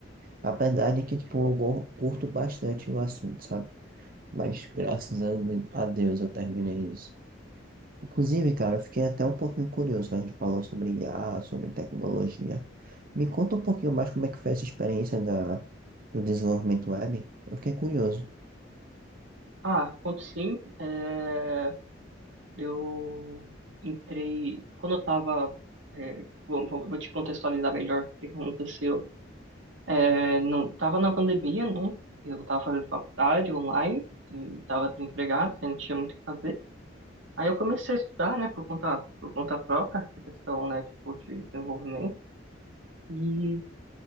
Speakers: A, on the right; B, on the right.
A: Apesar de que, tipo, eu go- curto bastante o assunto, sabe? Mas graças a de- a Deus eu terminei isso. Inclusive, cara, eu fiquei até um pouquinho curioso. A gente falou sobre IA, sobre tecnologia. Me conta um pouquinho mais como é que foi essa experiência da, do desenvolvimento web. Eu fiquei curioso.
B: Ah, conto sim, é, eu entrei, quando eu tava, é, vou, vou- vou te contextualizar melhor o que aconteceu, é, não, tava na pandemia, né, eu tava fazendo faculdade online, e tava desempregado, né? não tinha muito o que fazer, aí eu comecei a estudar, né, por conta, por conta própria, essa questão, né, tipo, de desenvolvimento, e